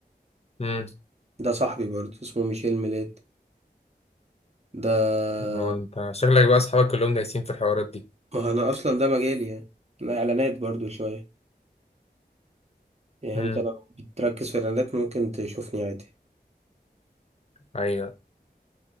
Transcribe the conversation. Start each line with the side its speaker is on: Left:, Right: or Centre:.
Left: امم
Right: ده صاحبي برضو اسمه ميشيل ميلاد ده
Left: آه، انت شكلك بقى اصحابك كلهم دايسين في الحوارات دي
Right: ما انا اصلا ده مجالي يعني انا اعلانات برضو شويه يعني
Left: امم
Right: انت لو بتركز في الاعلانات ممكن تشوفني عادي
Left: ايوه